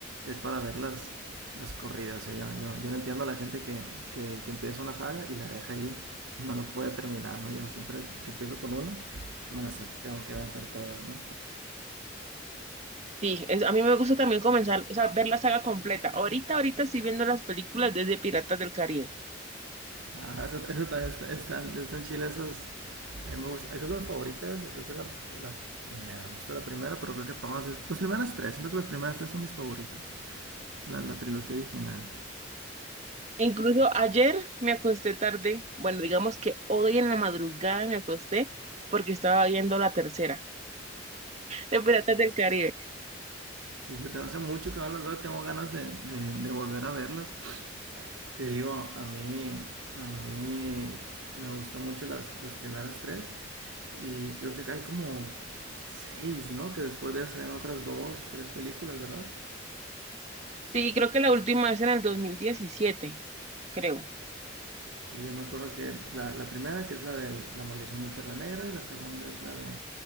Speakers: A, on the right (about 75°); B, on the right (about 35°).
A: es para ver las, las corridas. o sea, yo, yo, yo no entiendo a la gente que, que, que empieza una saga y la deja ahí y no los puede terminar, ¿no? Yo siempre que empiezo con una, me las tengo que aventar todas, ¿no?
B: Sí, es- a mí me gusta también comenzar, o sea, ver la saga completa. Ahorita, ahorita estoy viendo las películas desde Piratas del Caribe.
A: Ah, eso, eso también está, están, están chilas esas. A mí me gusta, creo que mi favorita es, creo que es la, la primera, me gusta la primera, pero creo que todas, es- las primeras tres, siento que las primeras tres son mis favoritas, la, la trilogía original.
B: Incluso ayer me acosté tarde, bueno, digamos que hoy en la madrugada me acosté porque estaba viendo la tercera, de Piratas del Caribe.
A: Sí, yo tengo hace mucho que no las veo, tengo ganas de, de, de volver a verlas. Te digo, a mí, a mí me gustó mucho las, las primeras tres y creo que hay como seis, ¿no? Que después de eso salieron otras dos, tres películas, ¿verdad?
B: Sí, creo que la última es en el 2017, creo.
A: Sí, yo me acuerdo que la, la primera, que es la de La maldición de Perla Negra, y la segunda es la de